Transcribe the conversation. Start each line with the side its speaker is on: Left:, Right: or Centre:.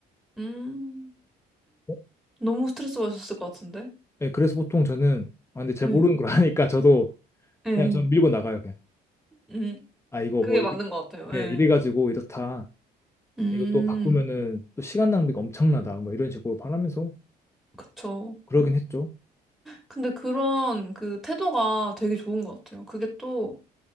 Centre: 음,
Left: 어?
Centre: 너무 스트레스 받으셨을 것 같은데?
Left: 예, 예, 그래서 보통 저는 아 근데 잘
Centre: 네.
Left: 모르는 걸 하니까 저도
Centre: 네.
Left: 그냥 전 밀고 나가요, 그냥.
Centre: 음,
Left: 아 이거
Centre: 그게
Left: 뭐
Centre: 맞는
Left: 이리,
Centre: 것 같아요. 네.
Left: 예, 이래 가지고 이렇다.
Centre: 음,
Left: 이거 또 바꾸면은 또 시간 낭비가 엄청나다. 뭐 이런 식으로 말하면서
Centre: 그쵸.
Left: 그러긴 했죠.
Centre: 근데 그런 그 태도가 되게 좋은 것 같아요. 그게 또,